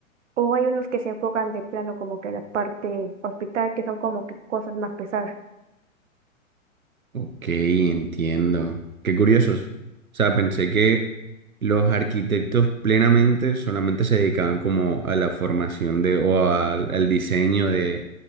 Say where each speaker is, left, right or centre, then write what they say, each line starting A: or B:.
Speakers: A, on the right; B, on the right.
A: O hay unos que se enfocan de plano como que la parte hospital, que son como que cosas más pesadas.
B: Ok, entiendo. Qué curiosos. O sea, pensé que los arquitectos plenamente solamente se dedicaban como a la formación de o al, al diseño de